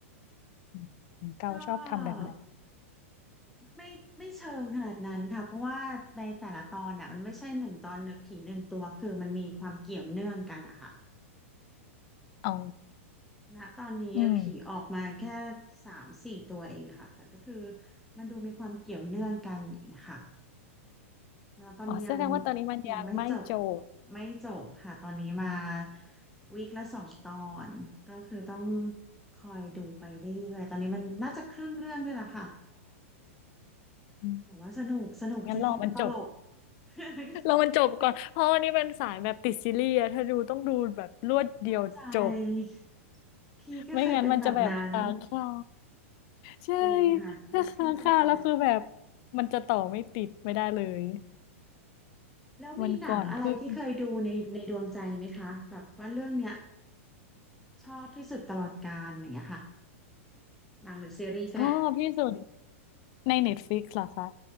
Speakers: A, on the left (about 35°); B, in the centre.
A: อืมเกาชอบทำแบบนั้น
B: ก็ไม่ไม่เชิงขนาดนั้นค่ะเพราะว่าในแต่ละตอนน่ะมันไม่ใช่หนึ่งตอนหนึ่งผีหนึ่งตัวคือมันมีความเกี่ยวเนื่องกันอะค่ะ
A: อ๋อ
B: ณตอนนี้ผีออกมาแค่
A: อืม
B: สามสี่ตัวเองค่ะแต่ก็คือมันดูมีความเกี่ยวเนื่องกันอย่างเงี้ยค่ะ แล้วตอนนี้ยัง
A: อ๋อ แสดงว่าตอนนี้มันยังไม่จบ
B: ยังไม่จบไม่จบค่ะตอนนี้มาวีคละสองตอนก็คือต้องคอยดูไปเรื่อยๆตอนนี้มันน่าจะครึ่งเรื่องด้วยล่ะค่ะ
A: อืม
B: แต่ว่าสนุกสนุกจริงๆมันตลก
A: งั้นรอมันจบ
B: <laughs>
A: รอมันจบก่อนเพราะวันนี้เป็นสายแบบติดซีรีส์อะถ้าดูต้องดูแบบรวดเดียวจบ
B: เข้าใจพี่ก็เคยเป็นแบบนั้น
A: ไม่งั้นมันจะแบบค้างคาใช่
B: จริงค่ะเข้าใจเลย
A: ถ้าค้างคาแล้วคือแบบ มันจะต่อไม่ติดไม่ได้เลย
B: แล้วมีหนังอะไรที่เคยดูในในดวงใจไหมคะแบบว่าเรื่องเนี้ย
A: วันก่อนเพิ่ง
B: ชอบที่สุดตลอดกาลอย่างเงี้ยค่ะหนังหรือซีรีส์ก็ได้
A: ชอบที่สุดใน Netflix เหรอคะ